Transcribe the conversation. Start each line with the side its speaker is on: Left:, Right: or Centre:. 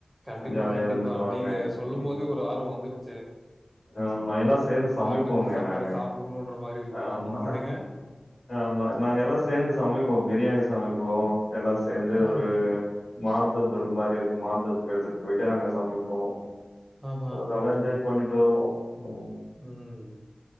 Right: கண்டிப்பா
Left: ஜாலியா
Right: கண்டிப்பா
Left: இருந்துட்டு வாங்க
Right: நீங்க சொல்லு
Left: ம்
Right: போதே ஒரு ஆர்வோ வந்துருச்சு
Left: ஆமா எல்லா சேந்து சமைப்போங்க
Right: பாட்டி வீட்டு சாப்பாடு
Left: நாங்க
Right: சாப்பிடணுன்ற மாரி இருக்கு.
Left: ஆமா
Right: என்னங்க?
Left: ஆ ஆமா நாங்க எல்லா சேந்து சமைப்போ பிரியாணி சமைப்போ எல்லா சேந்து
Right: ஆ,
Left: ஒரு மாந்தோப்பு மாரி இருக்கு மாந்தோப்க்கு எடுத்துட்டு போயிட்டு அங்க சமைப்போ
Right: ஆஹா,
Left: நல்லா என்ஜாய் பண்ணிட்டோ உம்
Right: ம்